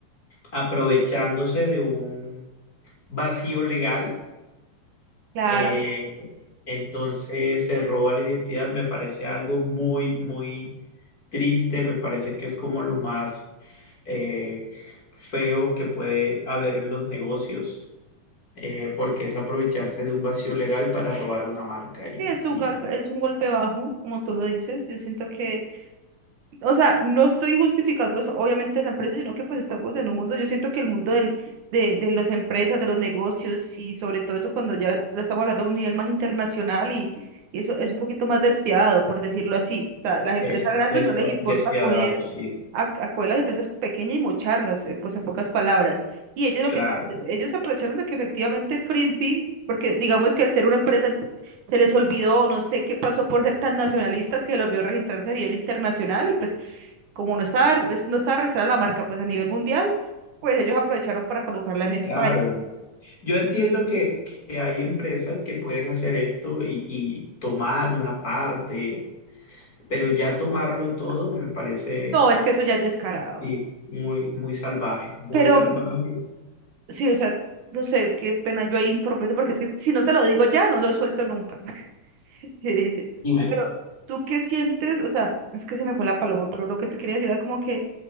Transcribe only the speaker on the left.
aprovechándose de un vacío legal,
eh, entonces se roba la identidad, me parece algo muy, muy triste, me parece que es como lo más eh, feo que puede haber en los negocios, eh, porque es aprovecharse de un vacío legal para robar una marca y,
y
es
despa-
despiadado,
sí,
claro,
claro. Yo entiendo que, que hay empresas que pueden hacer esto y, y tomar una parte, pero ya tomarlo todo me parece
sí, muy, muy salvaje, muy
salvaje.
Dímelo.